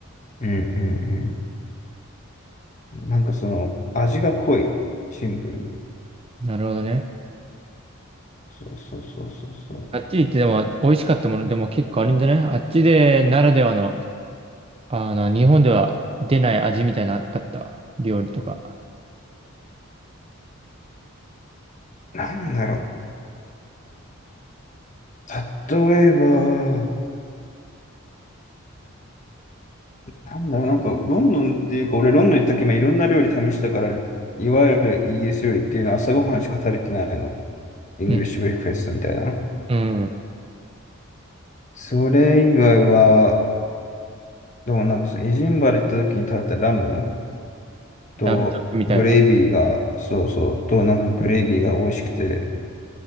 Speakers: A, on the left; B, on the right.
A: うんうんうん。なんかその、味が濃い。シンプルに。
B: なるほどね。
A: そうそうそうそうそう。
B: あっちりってでも、美味しかったものでも結構あるんじゃないあっちで、ならではのあの、日本では出ない味みたいな、あった料理とか。
A: なんだろう。例えば、なんだろう、なんか、ロンドンっていうか、俺、ロンドン行った時もいろんな料理試したから、いわゆるイギリス料理っていうのは朝ごはんしか食べてないの。イングリッシュブレックフェストみたいな。
B: うん。うん。
A: それ以外は、でもなんかその、エジンバル行った時に食べたラムと、
B: ラムチョップみたいな。
A: グレービーが、そうそう、と、なんかグレービーが美味しくて、